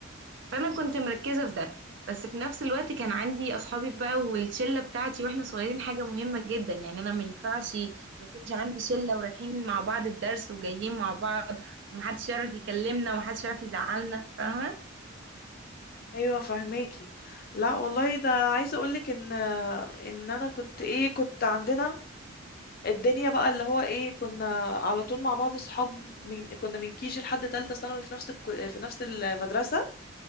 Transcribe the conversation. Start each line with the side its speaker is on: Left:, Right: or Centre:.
Right: فانا كنت مركزه في ده بس في نفس الوقت كان عندي اصحابي بقى والشله بتاعتي واحنا صغيرين حاجه مهمه جدا يعني انا ما ينفعش ما يكونش عندي شله ورايحين مع بعض الدرس وجايين مع بعض ومحدش يعرف يكلمنا ومحدش يعرف يزعلنا فاهمه
Left: ايوه فهماكي لا والله ده عايزه اقولك ان ان انا كنت ايه كنت عندنا الدنيا بقى اللي هو ايه كنا على طول مع بعض اصحاب من كنا من كيجي لحد تالتة ثانوي في نفس الكل... في نفس المدرسه